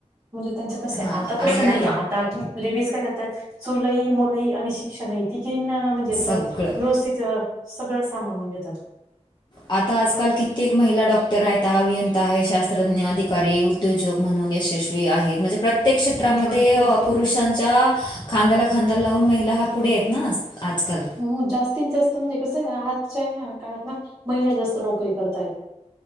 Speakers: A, on the right; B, on the left.
A: म्हणजे त्यांच्या कसए
B: हां
A: आता तसं
B: आणि हे
A: नाहीये आता लेडीज काय करतात, चूलई, मुलई आणि शिक्षणई तिघींना म्हणजे असं
B: सगळं
A: व्यवस्थित सगळं साभळून घेतात.
B: आता आजकाल कित्येक महिला डॉक्टर आहेत, आभियंंता आहे, शास्त्रज्ञ, अधिकारी, उद्योजक म्हणून यशस्वी आहे म्हणजे प्रत्येक क्षेत्रामध्ये
A: भरपूर
B: अ पुरुष षाच्या खांद्याला खांदा लावून महिला हा पुढे आहेत ना आजकाल.
A: हो जास्तीत जास्त म्हणजे कसं ह्या आजच्या ह्या काळात ना महिला जास्त नोकरी करतायत.